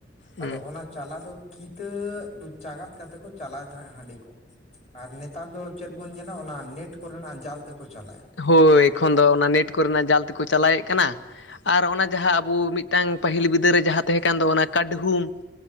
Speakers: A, on the left; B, on the left.
A: ᱦᱩᱸ
B: ᱟᱫᱚ ᱚᱱᱟ ᱪᱟᱞᱟ ᱫᱚ ᱠᱤᱛᱟᱹ ᱪᱟᱜᱟᱫ ᱠᱟᱛᱮ ᱠᱚ ᱪᱟᱞᱟᱣ ᱛᱟᱦᱮᱸᱜ ᱦᱟᱺᱰᱤ ᱠᱚ᱾ ᱟᱨ ᱱᱮᱛᱟᱨ ᱫᱚ ᱪᱮᱫ ᱵᱚᱱ ᱧᱮᱞᱟ ᱚᱱᱟ ᱱᱹᱮᱴ ᱠᱚᱨᱮ ᱱᱟᱜ ᱡᱟᱞ ᱛᱮᱠᱚ ᱪᱟᱞᱟᱭᱟ᱾
A: ᱦᱳᱭ ᱮᱠᱷᱚᱱ ᱫᱚ ᱚᱱᱟ ᱱᱮᱴ ᱠᱚᱨᱮᱱᱟᱜ ᱡᱟᱞ ᱛᱮᱠᱚ ᱪᱟᱞᱟᱣᱮᱫ ᱠᱟᱱᱟ ᱟᱨ ᱚᱱᱟ ᱡᱟᱦᱟᱸ ᱟᱵᱩ ᱢᱤᱫ ᱴᱟᱝ ᱯᱟᱹᱦᱤᱞ ᱵᱤᱫᱟᱹᱞ ᱨᱮ ᱡᱟᱦᱟᱸ ᱛᱮᱦᱮᱸ ᱠᱟᱱ ᱫᱚ ᱚᱱᱟ ᱠᱟᱰᱷᱩᱢ